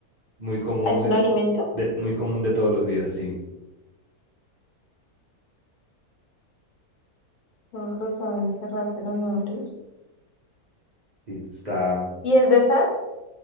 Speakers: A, on the right; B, on the left.
A: muy común
B: Ah, ¿Es
A: de,
B: un alimento?
A: de- muy común de todos los días, sí.
B: Todos lo saben cerrar pero no abrir.
A: Sí, eso está,
B: ¿Y es de sal?